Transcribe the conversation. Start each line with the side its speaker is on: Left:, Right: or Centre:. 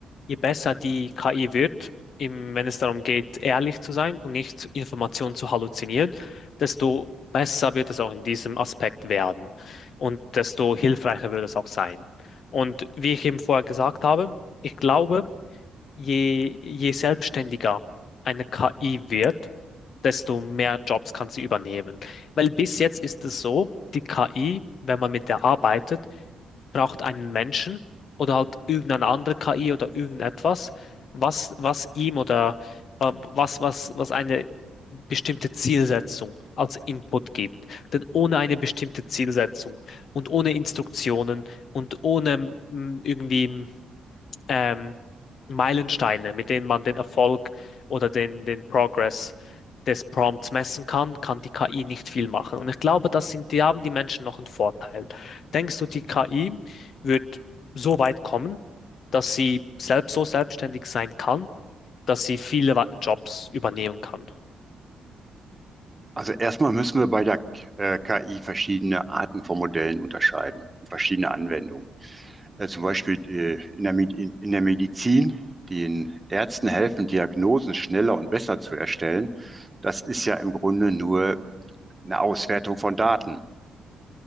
Left: je besser die KI wird, im, wenn es darum geht, ehrlich zu sein und nicht Informationen zu halluzinieren, desto besser wird es auch in diesem Aspekt werden und desto hilfreicher wird es auch sein. Und wie ich eben vorher gesagt habe, ich glaube, je, je selbstständiger eine KI wird, desto mehr Jobs kann sie übernehmen. Weil bis jetzt ist es so, die KI, wenn man mit der arbeitet, braucht einen Menschen oder halt irgendeine andere KI oder irgendetwas, was, was ihm oder äh, was, was, was eine bestimmte Zielsetzung als Input gibt. Denn ohne eine bestimmte Zielsetzung und ohne Instruktionen und ohne mm, irgendwie ähm, Meilensteine, mit denen man den Erfolg oder den, den Progress des Prompts messen kann, kann die KI nicht viel machen. Und ich glaube, das sind, die haben die Menschen noch einen Vorteil. Denkst du, die KI wird so weit kommen, dass sie selbst so selbstständig sein kann, dass sie viele Wa- Jobs übernehmen kann?
Right: Also erstmal müssen wir bei der K- äh, KI verschiedene Arten von Modellen unterscheiden, verschiedene Anwendungen. Äh, zum Beispiel äh, in der, Med- in, in der Medizin, den Ärzten helfen, Diagnosen schneller und besser zu erstellen. Das ist ja im Grunde nur eine Auswertung von Daten.